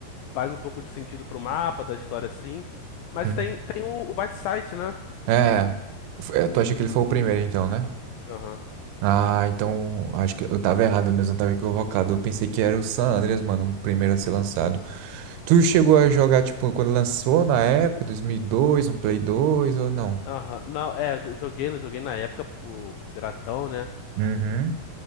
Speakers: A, on the left; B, on the right.
A: faz um pouco de sentido pro mapa da história, assim. Mas
B: Hum.
A: tem, tem o, o Whiteside, né?
B: É.
A: Acho que.
B: F- é, Tu acha que ele foi o primeiro, então, né?
A: Aham.
B: Ah, então acho que eu tava errado mesmo, eu tava equivocado. Eu pensei que era o San Andreas, mano, o primeiro a ser lançado. Tu chegou a jogar, tipo, quando lançou na época, 2002, no Play 2 ou não?
A: Aham. Não, é, jo- joguei, né, joguei na época pro Piratão, né?
B: Uhum.